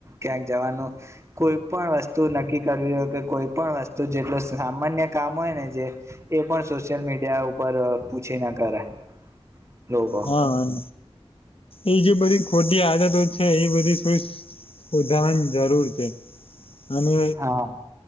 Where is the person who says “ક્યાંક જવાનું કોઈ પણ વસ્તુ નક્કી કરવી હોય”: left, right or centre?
Right